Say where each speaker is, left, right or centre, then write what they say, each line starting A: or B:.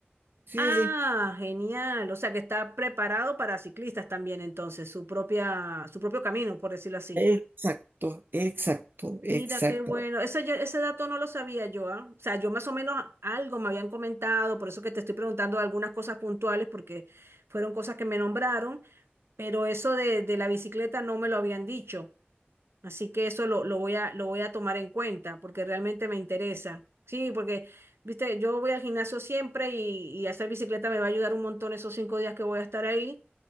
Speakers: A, on the right; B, on the right.
A: Sí,
B: Ah,
A: sí, sí.
B: genial. O sea que está preparado para ciclistas también entonces, su propia, su propio camino, por decirlo así.
A: Exacto, exacto, exacto.
B: Mira, qué bueno. Ese, yo- ese dato no lo sabía yo, ¿ah? O sea, yo más o menos algo me habían comentado, por eso que te estoy preguntando algunas cosas puntuales, porque fueron cosas que me nombraron, pero eso de, de la bicicleta no me lo habían dicho. Así que eso lo, lo voy a, lo voy a tomar en cuenta porque realmente me interesa. Sí, porque, viste, yo voy al gimnasio siempre y, y hacer bicicleta me va a ayudar un montón esos cinco días que voy a estar ahí.